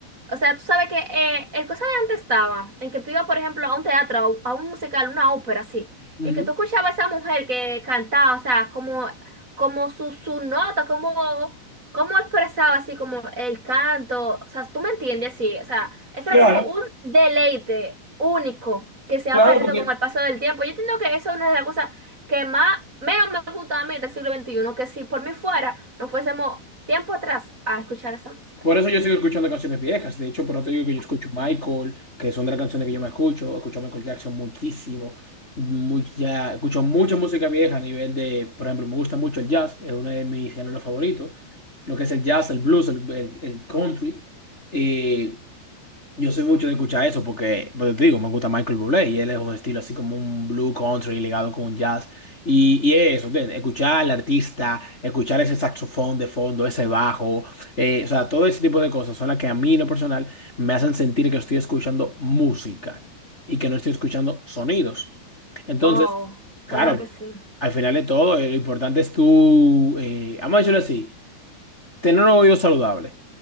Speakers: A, on the right; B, on the left.
A: O sea, tú sabes que eh, el cosa de antes estaba en que tú ibas, por ejemplo, a un teatro, a un musical, una ópera, así,
B: Ujú.
A: y que tú escuchabas a esa mujer que cantaba, o sea, como, como su, su nota, como, como expresaba así como el canto, o sea, tú me entiendes, sí, o sea, eso era
B: Claro,
A: como un deleite único que se ha
B: claro,
A: perdido
B: porque
A: con el paso del tiempo. Yo entiendo que eso es una de las cosas que más, menos me gusta a mí del siglo veintiuno que si por mí fuera, no fuésemos tiempo atrás a escuchar esa música.
B: Por eso yo sigo escuchando canciones viejas. De hecho, por eso te digo que yo
A: Así.
B: escucho Michael, que son de las canciones que yo me escucho. Escucho a Michael Jackson muchísimo. Mucha, escucho mucha música vieja a nivel de, por ejemplo, me gusta mucho el jazz, es uno de mis géneros favoritos. Lo que es el jazz, el blues, el, el- el country. Eh, yo soy mucho de escuchar eso porque, pues te digo, me gusta Michael Bublé y él es un estilo así como un blue country ligado con un jazz. Y, y eso, ¿entiendes? escuchar al artista, escuchar ese saxofón de fondo, ese bajo, eh, o sea, todo ese tipo de cosas son las que a mí en lo personal me hacen sentir que estoy escuchando música y que no estoy escuchando sonidos. Entonces,
A: Oh, claro
B: claro,
A: que sí.
B: al final de todo, eh, lo importante es tú, eh, vamos a decirlo así, tener un oído saludable.